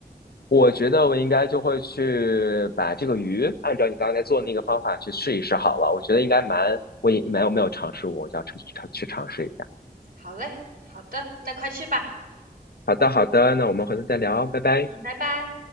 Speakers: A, on the left; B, on the right.
A: 我觉得我应该就会去把这个鱼按照你刚才做的那个方法去试一试好了。我觉得应该蛮，我也没有没有尝试过，我就要去尝去尝试一下。
B: 好嘞，好的，那快去吧。
A: 好的，好的，那我们回头再聊，拜拜。
B: 嗯，拜拜。